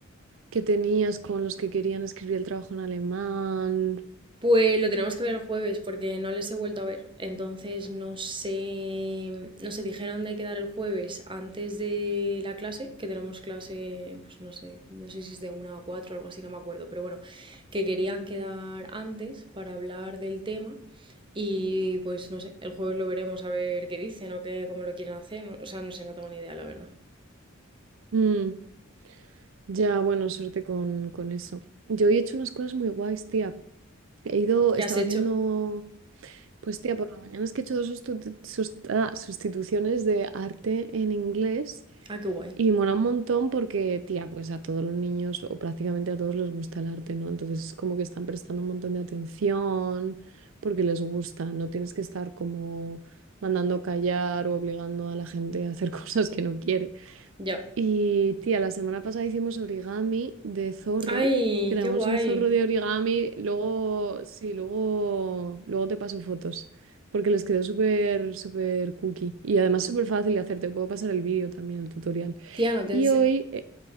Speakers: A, on the right; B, on the right.
A: que tenías con los que querían escribir el trabajo en alemán?
B: Pues lo tenemos que ver el jueves porque no les he vuelto a ver, entonces no sé, no sé, dijeron de quedar el jueves antes de la clase, que tenemos clase, pues no sé, no sé si es de una a cuatro o algo así, no me acuerdo, pero bueno, que querían quedar antes para hablar del tema Y pues no sé, el jueves lo veremos a ver qué dicen o qué, cómo lo quieren hacer. no- o sea, no sé, no tengo ni idea, la verdad.
A: Mm, ya, bueno, suerte con, con eso. Yo he hecho unas cosas muy guays, tía. He ido,
B: ¿Qué
A: estaba
B: has hecho?
A: haciendo Pues tía, por la mañana es que he hecho dos sustitu- sust- ah, sustituciones de arte en inglés
B: Ah, qué guay.
A: y mola un montón porque, tía, pues a todos los niños o prácticamente a todos les gusta el arte, ¿no? Entonces es como que están prestando un montón de atención porque les gusta, no tienes que estar como mandando callar o obligando a la gente a hacer <laughs> cosas que no quiere.
B: Ya.
A: Y tía, la semana pasada hicimos origami de zorro.
B: Ay,
A: Creamos
B: qué guay.
A: un zorro de origami. Luego, sí, luego, luego te paso fotos. Porque les quedó súper, súper cookie. Y además súper fácil de hacer. Te puedo pasar el vídeo también, el tutorial.
B: Tía, no te
A: Y
B: ense-
A: hoy. eh,